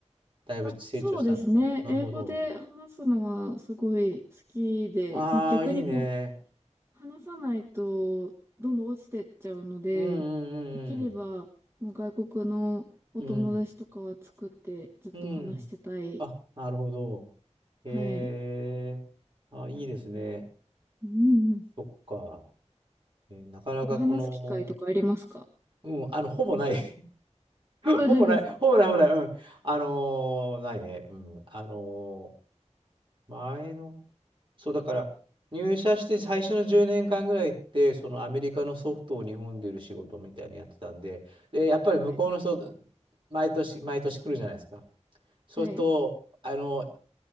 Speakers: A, on the right; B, on the right.
A: だいぶ成長したんですかなるほど。
B: あ、そうですね。英語で話すのはすごい好きで、
A: ああ、
B: まあ逆にこう、
A: いいね。
B: 話さないとどんどん落ちてっちゃうので、
A: うん
B: できればもう外国のお友達とかは作ってずっと話してたい。
A: うんうんうん。うん。うん。あ、なるほど。へえ。
B: はい。
A: あ、いいですね。
B: うんうん。
A: そっか。えーなかなかこの、
B: なんか話す機会とかありますか
A: うん、あの、ほぼない。
B: あそうです。
A: <laughs> ほぼない。ほぼない。
B: <laughs>
A: ほぼない。うん。あのーないね。うん。あのー前のそうだから入社して最初の10年間ぐらいってそのアメリカのソフトを日本で売る仕事みたいにやってたんで、でやっぱり向こうの人
B: はい。
A: 毎年毎年来るじゃないですか。そうするとあの
B: はい。